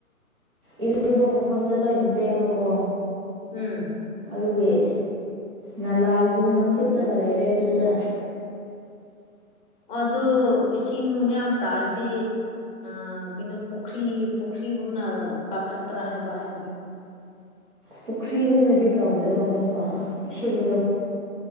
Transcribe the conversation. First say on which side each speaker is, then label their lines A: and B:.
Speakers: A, on the right; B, on the left.
A: ꯏꯔꯨꯕ ꯃꯐꯝꯗ ꯂꯣꯏꯅ ꯆꯦꯟꯕꯀꯣ
B: ꯎꯝ
A: ꯑꯗꯨꯒꯤ ꯅꯂꯥꯒꯨꯝꯅ ꯀꯨꯠꯂꯒ ꯂꯩꯔꯦ ꯑꯗꯨꯗ
B: ꯑꯗꯨ ꯏꯁꯤꯡ ꯌꯥꯝ ꯇꯥꯔꯗꯤ ꯑ ꯀꯩꯅꯣ ꯄꯨꯈ꯭ꯔꯤ ꯄꯨꯈ꯭ꯔꯤꯒꯨꯝꯅ ꯀꯈꯠꯄ꯭ꯔꯥ ꯍꯥꯏꯕ ꯑꯩꯅ
A: ꯄꯨꯈ꯭ꯔꯤꯒꯨꯝꯅꯗꯤ ꯇꯧꯗꯕ ꯑꯃꯨꯛꯀ ꯏꯁꯤꯡꯗꯣ